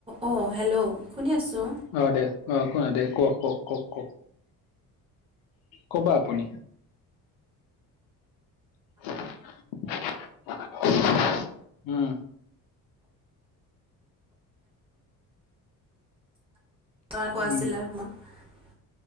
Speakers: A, on the right (about 15°); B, on the left (about 90°).
A: অঁ হেল্ল' শুনি আছোঁ।
B: অ, দে অ' কোৱা দে, কওক-কওক-কওক-কওক কবা আপুনি। <unintelligible> উম
A: <unintelligible>
B: উম,